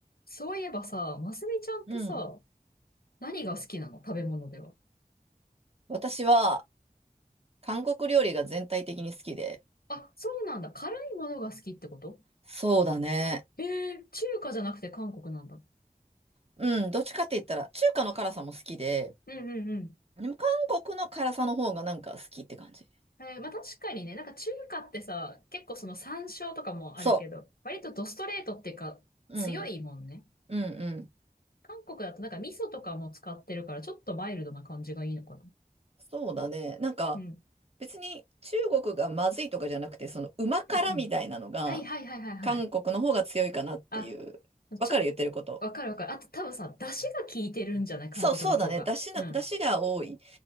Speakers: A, on the left (about 80°); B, on the right (about 40°).
A: そういえばさ、ますみちゃんってさ、
B: うん。
A: 何が好きなの食べ物では。
B: 私は韓国料理が全体的に好きで。
A: あ、そうなんだ。辛いものが好きってこと
B: そうだね。
A: ええー、中華じゃなくて韓国なんだ。
B: うん。どっちかって言ったら、中華の辛さも好きで、
A: うんうんうん。
B: でも韓国の辛さの方がなんか好きって感じ。
A: えー、まあ確かにね、なんか中華ってさ、結構その山椒とかもあるけど、
B: そ
A: 割とドストレートっていうか、
B: う。
A: 強いもんね。
B: うん。うんうん。
A: 韓国だとなんか味噌とかも使ってるから、ちょっとマイルドな感じがいいのかな。
B: そうだね。なんか、
A: うん。
B: 別に中国がまずいとかじゃなくて、その旨辛みたいなのが、
A: うんうん。はいはいはいはいはい。
B: 韓国の方が強いかなっていう。
A: あ、
B: わかる言ってること。
A: ちょっと、わかるわかる。あと多分さ、出汁が効いてるんじゃない韓国の方が。
B: そう、そうだね。出汁の、
A: うん。
B: 出汁が多い。